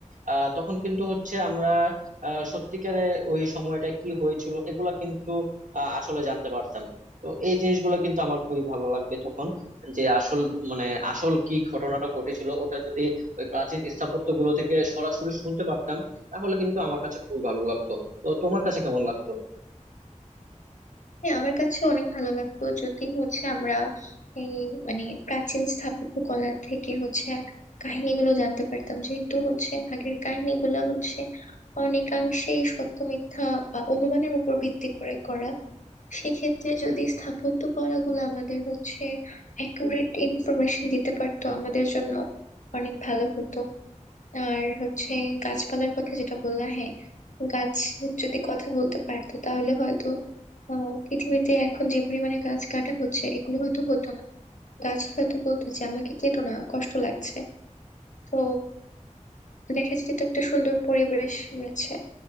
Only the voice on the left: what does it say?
হ্যাঁ আমার কাছে অনেক ভালো লাগতো যদি হচ্ছে আমরা এই মানে প্রাচীন স্থাপত্য কলার থেকে হচ্ছে কাহিনীগুলো জানতে পারতাম যেহেতু হচ্ছে আগের কাহিনীগুলো হচ্ছে অনেকাংশেই সত্য মিথ্যা বা অনুমানের উপর ভিত্তি করে করা সেক্ষেত্রে যদি স্থাপত্য কলাগুলো আমাদের হচ্ছে অ্যাকুরেট ইনফরমেশন দিতে পারতো আমাদের জন্য অনেক ভালো হতো আর হচ্ছে গাছপালার কথা যেটা বললাম হ্যাঁ গাছ যদি কথা বলতে পারতো তাহলে হয়তো আহ, পৃথিবীতে এখন যে পরিমাণে গাছ কাটা হচ্ছে এগুলো হয়তো হতো না গাছ হয়তো বলতো যে আমাকে কেটো না কষ্ট লাগছে তো দেখা যেত একটা সুন্দর পরিবেশ রয়েছে